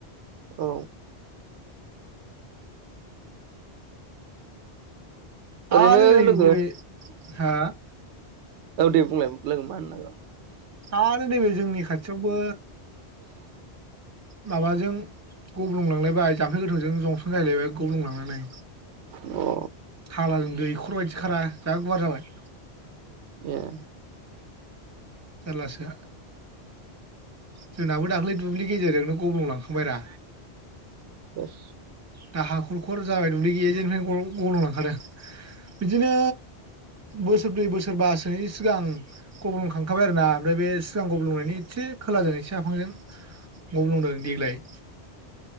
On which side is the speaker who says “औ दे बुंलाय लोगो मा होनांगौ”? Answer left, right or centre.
Right